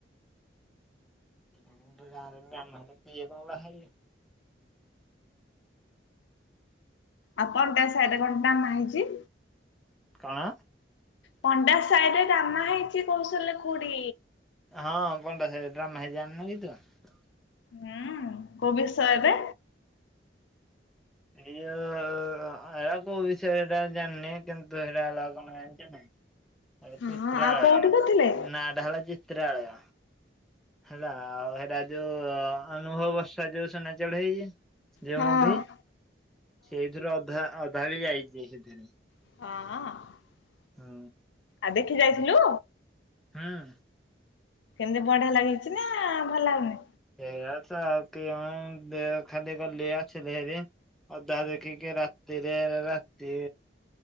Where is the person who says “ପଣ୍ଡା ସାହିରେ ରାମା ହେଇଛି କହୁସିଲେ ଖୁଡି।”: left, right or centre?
Left